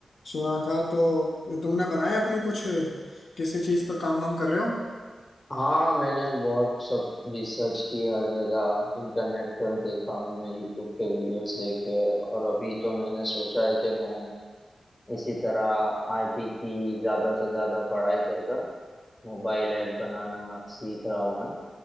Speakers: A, on the left; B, on the left.
A: सुना था तो तुमने बनाए अपने कुछ किसी चीज पर काम वाम कर रहे हो
B: हाँ मैंने बहुत सब रिसर्च की हर जगह इंटरनेट पर देखा मैंने यूट्यूब के वीडियोस देखे और अभी तो मैंने सोचा है कि मैं इसी तरह आईटी की ज़्यादा से ज़्यादा पढ़ाई कर कर मोबाइल ऐप बनाना सीख रहा हूँ मैं